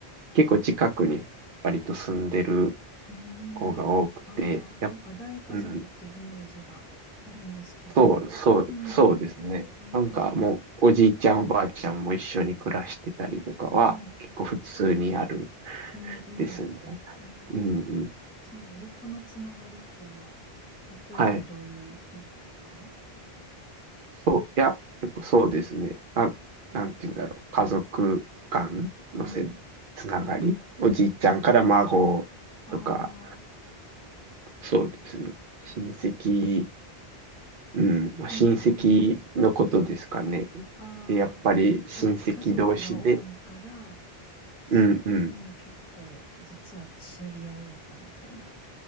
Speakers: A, on the right; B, in the centre.
A: 結構近くに、割と住んでる
B: うん。
A: 子が多くて、
B: ああ、
A: やっ、
B: なんか大家族っていうイメージがあるんですけど、
A: うん、そう、そう、
B: うん。
A: そうですね。
B: え
A: なんかもう、
B: ー、
A: おじいちゃん、おばあちゃんも一緒に暮らしてたりとかは、
B: はい。
A: 結構普通にある
B: うんうん。
A: ですね。
B: えー
A: うん、うん。
B: その横のつながりっていうのは、例えばどういうのですか
A: はい。そう、いや、よくそうですね。あ、なんて言うんだろう。家族間のせ、
B: うん。
A: つながり。おじいちゃんから孫とか、
B: ああ、
A: そうですね。親戚、うん、まあ親戚のことですかね。
B: うんうん。あ
A: で、やっぱり親戚同士で、
B: あ、あ、家族が多いから、しみんな結構実は知り合いやったみたいな
A: うんうん。